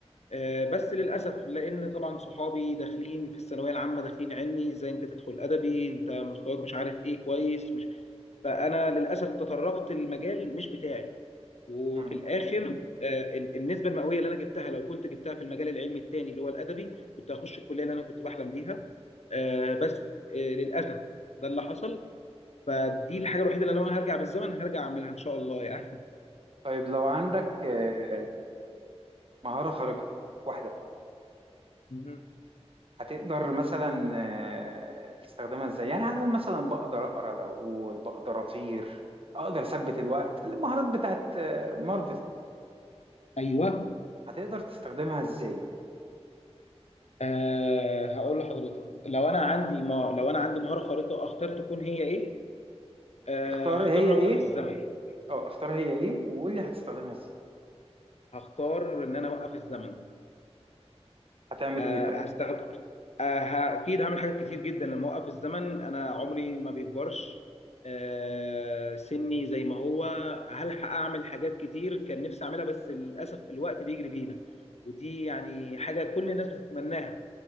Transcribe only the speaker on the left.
آه، بس للاسف لان طبعا صحابي داخلين في الثانويه العامه داخلين علمي ازاي انت تدخل ادبي انت مستواك مش عارف ايه كويس مش فانا للاسف تطرقت المجال مش بتاعي وفي
الاخر آه، ال- النسبه المئويه اللي انا جبتها لو كنت جبتها في المجال العلمي التاني اللي هو الادبي كنت هخش الكليه اللي انا كنت بحلم بيها آه، بس آه، للاسف ده اللي حصل فدي الحاجه الوحيده اللي لو انا هرجع بالزمن هرجع اعملها ان شاء الله يعني
مهم.
ايوه
أه هقول لحضرتك لو انا عندي ما لو انا عندي مهاره خارقه اختار تكون هي ايه أه
هختار
ان
أنا اوقف الزمن
هختار ان انا اوقف الزمن
أه
هستخدم أه ه- اكيد هعمل حاجات كتير جدا لما اوقف الزمن انا عمري ما بيكبرش أه سني زي ما هو هلحق اعمل حاجات كتير كان نفسي اعملها بس للاسف الوقت بيجري بينا ودي يعني حاجه كل الناس بتتمناها